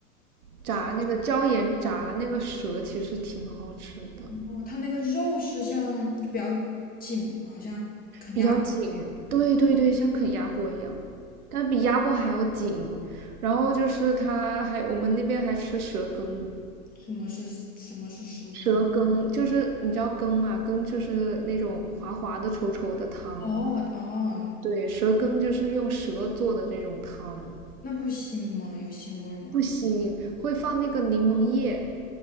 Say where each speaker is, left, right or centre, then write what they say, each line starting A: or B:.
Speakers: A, on the right; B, on the left.
A: 炸那个椒盐炸那个蛇，
B: 是啊
A: 其实挺好吃的。
B: 哦，它那个肉是像就比较紧嘛，像啃鸭脖一样。
A: 比较紧，对对对，像啃鸭脖一样，但比鸭脖还要紧。然后就是它还，我们那边还吃蛇羹，
B: 什么是什么是蛇羹？
A: 蛇羹就是你知道羹嘛，羹就是那种滑滑的、稠稠的汤。
B: 哦哦，
A: 对，蛇羹就是用蛇做的这种汤，
B: 那不腥吗？有腥味儿吗？
A: 不腥，会放那个柠檬叶，